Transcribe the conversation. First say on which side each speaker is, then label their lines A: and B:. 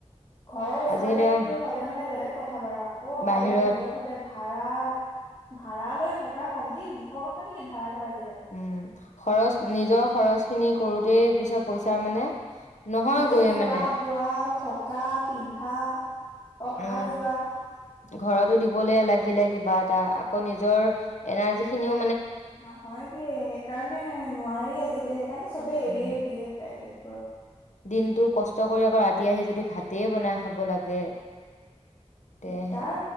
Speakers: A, on the left (about 40°); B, on the left (about 80°).
A: ঘৰৰ ওচৰতেতো
B: আজিকালি অ
A: হ'লে মানে বেলেগ কথা বাৰু আকৌ
B: বাহিৰত
A: অলপ দূৰত হ'লে ভাল। ভাৰা ভাৰালৈ থকা কমটি মুখৰ ক <unintelligible> নেকি ভাৰাঘৰ আজি?
B: উম খৰচ নিজৰ খৰচখিনি সৰুতে পিছত পইচা মানে নহয়গৈয়ে
A: উম, খোৱা-বোৱা
B: মানে
A: থকা-পিন্ধা। অহা-যোৱা
B: উম ঘৰতো দিবলৈ লাগিলে কিবা এটা আকৌ নিজৰ এনাৰ্জিখিনিও
A: নহয়গে সেইকাৰণে নোৱাৰি আজিকালি সেইকাৰণে চবে এৰিয়েৰি
B: উম
A: দিয়ে প্ৰাইভেট
B: দিনটো কষ্ট কৰি আকৌ ৰাতি আহি যদি ভাতেই বনাই খাব লাগে
A: দিগদাৰ
B: তে সে